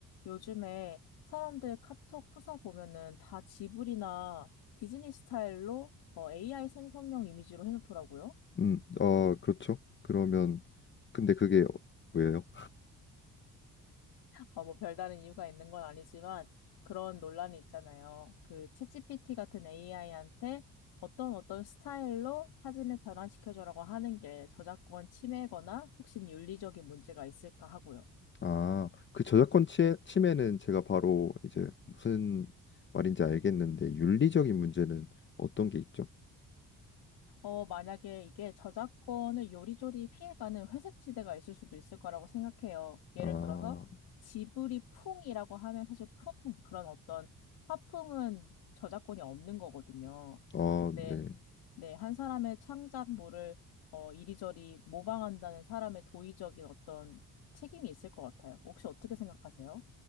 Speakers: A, on the left; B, on the left.
A: 요즘에 사람들 카톡 프사 보면은 다 지브리나 디즈니 스타일로 뭐 AI 생성형 이미지로 해놓더라고요.
B: 음, 어, 그렇죠. 그러면 근데 그게 왜요?
A: 어, 뭐 별다른 이유가 있는 건 아니지만 그런 논란이 있잖아요. 그 챗GPT 같은 AI한테 어떤 어떤 스타일로 사진을 변환시켜줘라고 하는 게 저작권 침해거나 혹시 윤리적인 문제가 있을까 하고요.
B: 아, 그 저작권 침해, 침해는 제가 바로 이제 무슨 말인지 알겠는데 윤리적인 문제는 어떤 게 있죠?
A: 어, 만약에 이게 저작권을 요리조리 피해가는 회색지대가 있을 수도 있을 거라고 생각해요. 예를
B: 아,
A: 들어서 지브리 풍이라고 하면 사실 풍, 그런 어떤 화풍은 저작권이 없는 거거든요.
B: 어,
A: 근데
B: 네.
A: 네, 한 사람의 창작물을 어, 이리저리 모방한다는 사람의 도의적인 어떤 책임이 있을 것 같아요. 혹시 어떻게 생각하세요?